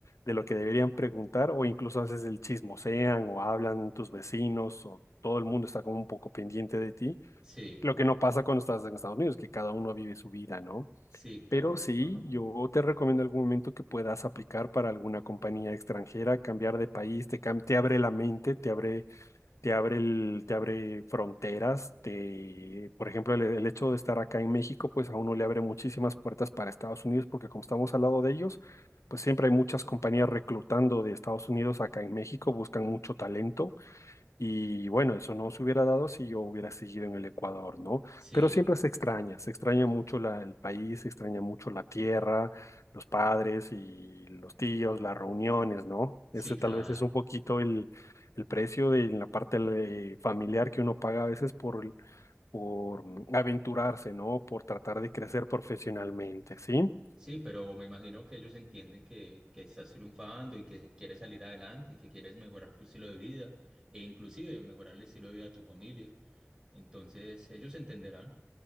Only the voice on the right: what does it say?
Sí,
sí, claro.
Ajá.
Sí,
sí,
claro.
Sí, pero me imagino que ellos entienden que, que estás triunfando y que quieres salir adelante y que quieres mejorar tu estilo de vida e inclusive mejorar el estilo de vida de tu familia. Entonces, ellos entenderán.